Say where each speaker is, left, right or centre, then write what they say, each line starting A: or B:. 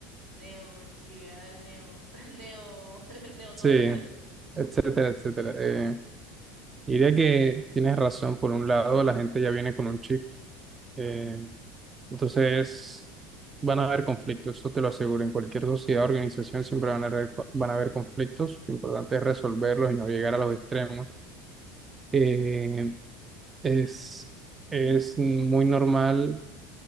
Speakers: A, on the right; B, on the right.
A: neoliberal, neo, <laughs> neo, <laughs> neo todo.
B: sí, etcétera, etcétera. Eh, diría que tienes razón. Por un lado, la gente ya viene con un chip. eh, entonces, van a haber conflictos, eso te lo aseguro. En cualquier sociedad, organización, siempre van a haber, co- van a haber conflictos. Lo importante es resolverlos y no llegar a los extremos. Eh, es... Es muy normal